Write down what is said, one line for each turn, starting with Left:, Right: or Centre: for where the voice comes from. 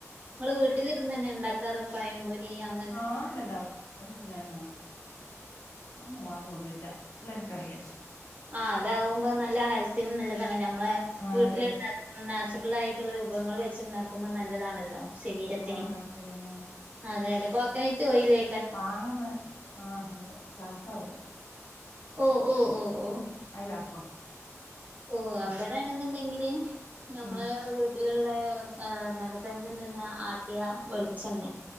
Right: മ്മൾ വീട്ടിലിര്ന്ന് ന്നെ ണ്ടാക് തറപ്പായം പൊരി അങ്
Left: ആഹ് അല്ല ഉണ്ടാക്കും എല്ലാം ഞാനുംങ്ങ ആക്കും അന്നും വാങ്ങൊന്നുംല്ല എല്ലൻ കറിയ
Right: ആഹ് അതാവുമ്പോ നല്ല ഹെൽത്തിന് നല്ലതാണ് നമ്മളെ
Left: ആഹ്
Right: വീട്ടിലുണ്ടാക്കുന്ന
Left: അതന്നെ
Right: നാച്ചുറൽ ആയി <unintelligible> രൂപങ്ങൾ വെച്ചുണ്ടാക്കുമ്പോൾ നല്ലതാണല്ലോ ശരീരത്തിനും
Left: ആഹ് അതന്നെ ആഹ്
Right: അതെ അതെ കോക്കനറ്റ് യിലേ
Left: വാങ്ങുന്ന ആഹ് നമ്മള് സൺഫ്ലവർ
Right: ഓഹ് ഓഹ് ഓഹ് ഓഹ്
Left: <unintelligible>
Right: ഓ
Left: ഉം
Right: അവിടെയാണെന്നുണ്ടെങ്കില് ഞമ്മളെ
Left: ഉം
Right: വീട്ടിലുള്ള നല്ല തെങ്ങ് നിന്ന് ആട്ടിയ വെളിച്ചെണ്ണ